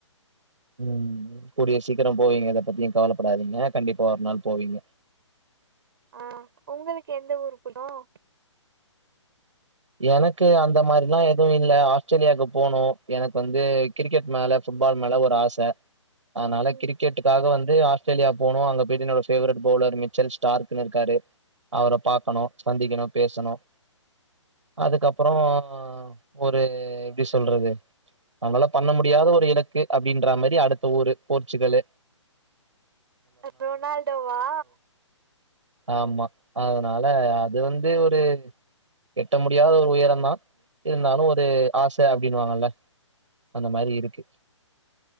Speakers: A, on the right; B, on the right.
A: உம் கூடிய சீக்கிரம் போவீங்க எத பத்தியும் கவலைப்படாதீங்க கண்டிப்பா ஒரு நாள் போவீங்க
B: ஆஹ் உங்களுக்கு எந்த ஊரு புடிக்கும்
A: எனக்கு அந்த மாதிரிலாம் எதுவும் இல்ல ஆஸ்திரேலியாவுக்கு போனும் எனக்கு வந்து கிரிக்கெட் மேல ஃபுட்பால் மேல ஒரு ஆசை அதனால
B: ம்
A: கிரிக்கெட்டுக்காக வந்து ஆஸ்திரேலியா போகனும் அங்க போயிட்டு என்னோட பேவரட் பௌலர் மிச்சல் ஸ்டார்னு இருக்காரு அவரை பாார்கக்கணும் சந்திக்கணும் பேசணும் அதுக்கப்புறம் ஒரு எப்படி சொல்றது நம்மளால பண்ண முடியாத ஒரு இலக்கு அப்படின்ற மாதிரி அடுத்த ஊரு போர்ச்சுகல்லு
B: ரொனால்டோவா
A: ஆமா அதனால அது வந்து ஒரு எட்ட முடியாத ஒரு உயரம்தான் இருந்தாலும் ஒரு ஆசை அப்படின்னுவாங்கல்ல அந்த மாதிரி இருக்கு